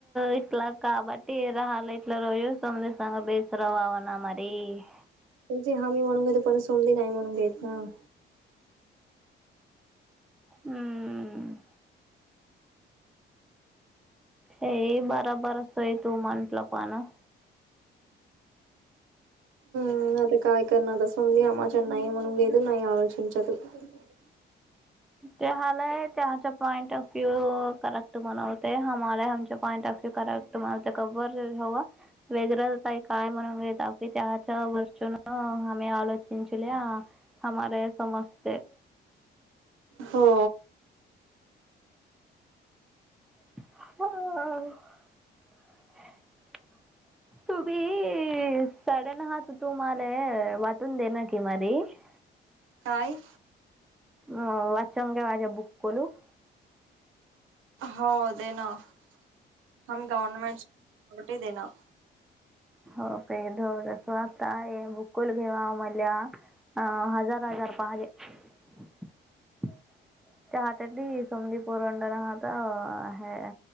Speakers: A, in the centre; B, on the right.
A: इथला - काबट राहाला इटला रो समंद सग बेसरा बावना मरी -
B: तुजी हमी म्हणून घेतो परत सोमली नाही म्हणून घेत ना -
A: हम्म हे बरोबर अस आहे तू म्हटलं पण -
B: ह आता काय करणार आता समधी अमाज नाहीय म्हण घद नाहीय आलचचत -
A: ते हलाय त्याच्या पॉइंट ऑफ व्यू करेक्ट बन होत हमार हमच्या पॉइंट ऑफ - करेक्ट तुम्हाला कर हवा वेगरं काय म्हणून - चुन हम आलोचनचल्या हमार या समजते.
B: हो
A: <unintelligible> तुभी सडन हाच तुमला वाटून दे ना की मारी - <unintelligible>
B: नाहीय
A: अ वाचचंगे वाजे बुक करलू -
B: हो दे ना ह गवर्नमेंटरटी कुठे देना.
A: हो काय सो आता बुकुल घेवा आ मला - हा हजार- हजार पाहजे - हत त समदी पोरवंड नाहात हे